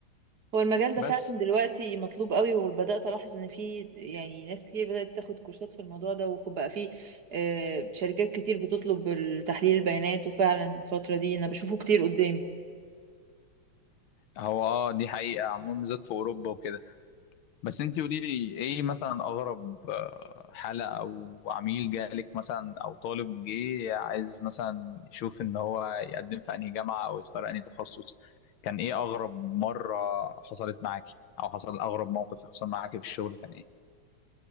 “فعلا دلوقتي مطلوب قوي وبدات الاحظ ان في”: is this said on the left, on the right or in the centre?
Right